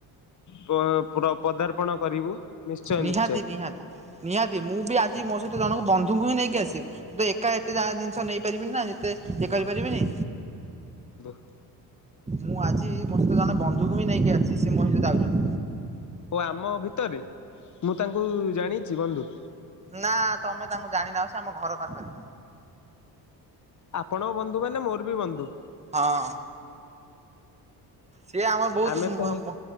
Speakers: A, on the left; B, on the right.
A: ପ ପ୍ର ପ୍ରଦାରର୍ପଣ କରିବୁ। ନିଶ୍ଚୟ
B: ନିହାତି
A: ନିଶ୍ଚୟ।
B: ନିହାତି ନିହାତି ମୁଁ ବି ଆଜି ମୋ ସହିତ ଜଣ ବନ୍ଧୁଙ୍କୁ ହିଁ ନେଇକି ଆସି ତ ଏକା ଏତେ ଯାହା ଜିନ୍ଷ ନେଇ ପାରିବିନି ନା ଯେତେ ଇଏ କରିପାରିବିନି।
A: <inaudible>
B: ମୁଁ ଆଜି ମୋ ସହିତ ଜଣେ ବନ୍ଧୁକୁ ବି ନେଇକି ଆସ୍ଛି ସିଏ ମୋରି ସହିତ ଆଉଚନ୍ତି।
A: ଓ ଆମ ଭିତରେ ମୁଁ ତାଙ୍କୁ ଜାଣିଛି ବନ୍ଧୁ।
B: ନା ତମେ ତାଙ୍କୁ ଜାଣିନାହଁ ସେ ଆମ ଘର ପାଖରେ।
A: ଆପଣଙ୍କ ବନ୍ଧୁ ମାନେ ମୋର ବି ବନ୍ଧୁ।
B: ହଁ। ସେ ଆମର ବହୁତୁ
A: ଆମେ ତ
B: ମ ମ